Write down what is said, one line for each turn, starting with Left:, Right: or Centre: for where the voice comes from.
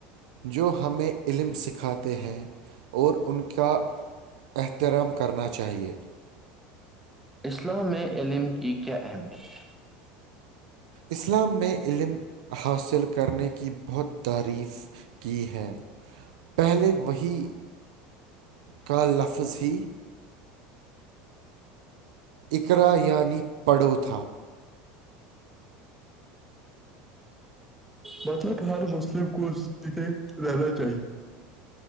Right: جو ہمیں علم سکھاتے ہیں اور ان کا احترام کرنا چاہیے
Centre: اسلام میں علم کی کیا اہمیت ہے
Right: اسلام میں علم حاصل کرنے کی بہت تعریف کی ہے پہلے وہی کا لفظ ہی اقرا یعنی پڑو تھا
Centre: مطلب ہر مسلم کو اس رہنا چاہیے